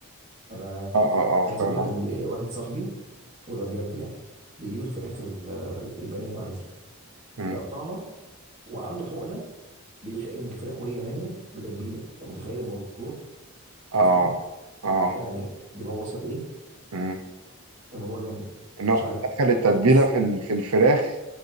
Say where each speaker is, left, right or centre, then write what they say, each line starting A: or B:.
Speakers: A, on the right; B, on the right.
A: انا
B: اه اه اه
A: عايز
B: فاهم
A: اقول لك ان ليا واحد صاحبي وده بجد يعني بيجيب الفراخ ال- الف- البانيه العادي
B: قصدي
A: يقطعها وعنده حقنه بيحقن الفراخ وهي نيه بتتبيله انت متخيل الموضوع انت
B: اه
A: فاهم
B: اه
A: يعني دماغه وصل ايه
B: امم
A: الموضوع جامد
B: ان
A: مش
B: هو بس
A: عادي
B: دخل التتبيله
A: بس
B: في ال- في الفراخ